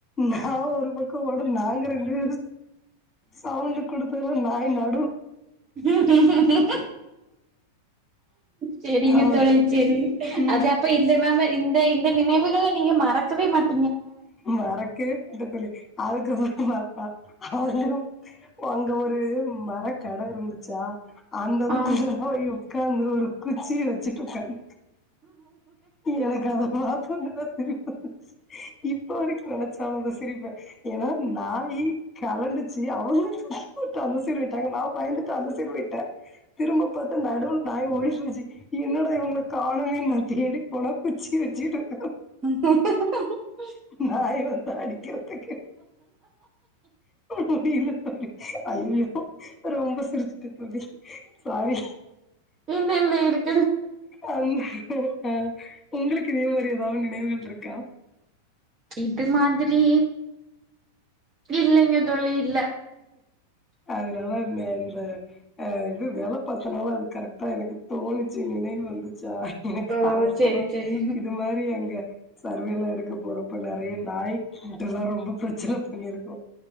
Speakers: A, on the left (about 15°); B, on the right (about 30°).
A: நா ஒரு பக்கோ ஓட நாங்க ரெண்டு சவுண்டு குடுத்ததுல நாய் ந
B: ம் ம்ம் செரிங்க
A: அவ
B: தோழி செரி
A: ம்
B: அது அப்ப இந்த மெம இந்த இந்த நினைவுகள நீங்க மறக்கவே மாட்
A: மறக்கவே மாட்ட தோழி அதுக்கப்ப றோ பாத்தா அதுலயு அங்க ஒரு மரக்கட இருந்துச்சா அந்ததுக்குள்ள
B: ஆ
A: போய் உக்காந்து ஒரு குச்சிய வெச்சிட்டு உக்காந்து எனக்கு அத பாத்தோன்னே தா சிரிப்பு <unintelligible> ச்சு இப்ப வரிக்கு நெனைச்சாலு அத சிரிப்பே ஏனா நாயி கலண்டு ச்சி அவுங்க <unintelligible> பட்டு அந்த சைட் போய்ட்டாங்க நா பயந்துட்டு அந்த சைடு போய்ட்டே திரும்ப பாத்தா நடுவ்ல் நாய் ஓடிட்ருந்துச்சு என்னடா இவங்க காணமேன் நா தேடி போனா குச்சி வெச்சிக்ட் உக்காந்து
B: <unintelligible>
A: நாய் வந்து அடிக்கறதுக்கு முடியில தோழி அய்யயோ ரொம்ப சிரிச்சிட்டே தோழி சாரி
B: இல்ல இல்ல இருக்
A: அந்த அ உங்களுக்கு இதே மாரி எதாவ் நினைவுகள்ருக்கா
B: இது மாதிரி இல்லைங்க தோழி இல்ல
A: அதுனால இந்த இந்த அ இது வேல பாத்தனால அது கரெக்ட்டா எனக்கு தோணிச்சு நினைவ் வந்து ச்சா எனக்கு
B: ஓ
A: அவசனோ
B: செரி செரி
A: இது மாரி அங்க சர்வேல்லா எடுக்க போறப்ப நெறைய நாய் கிட்டல்லா ரொம்ப பிரச்சன பண்ணிருக்கோ